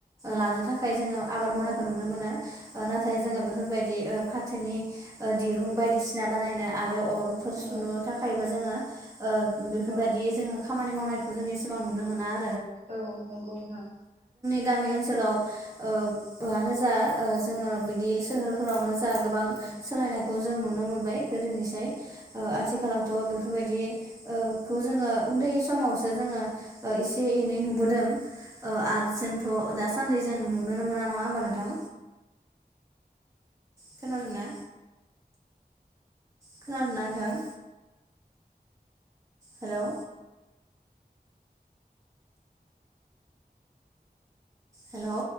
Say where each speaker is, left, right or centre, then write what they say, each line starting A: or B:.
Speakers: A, on the right (about 45°); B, on the right (about 20°).
A: औ
B: लानो थाखाय जोङो आब बाद
A: औ
B: मावनायखौ नुनो मोनो ओ नाथाय
A: औ नंगौ
B: जोङो
A: औ
B: बेफोरबायदि ओ फाथोनि ओ दिरुं बायदिसिना बानायनो आरो अरफोर सुनो
A: औ
B: थाखायबो जोङो ओ बेफोरबायदि
A: औ
B: जोङो खामानि मावनायखौ जों एसेबां नुनो मोना आ
A: औ नंगौ नोंथां
B: गामि ओनसोलाव ओ आनो जा ओ जोङो बिदि सोहोरफोरावनो गोबां
A: औ
B: सोलायनायखौ जों नु नो मोनबाय गोदोनिसाय ओ आथिखालावथ' बेफोरबायदि ओ उन्दै समाव सो जोङो ओ एसे एनै नुबोदों ओ आर जोंथ' दासान्दि जों नुनो मोन ना नङा होमबा नोंथां? खोनादों ना? खोनादों ना नोंथां? Hello hello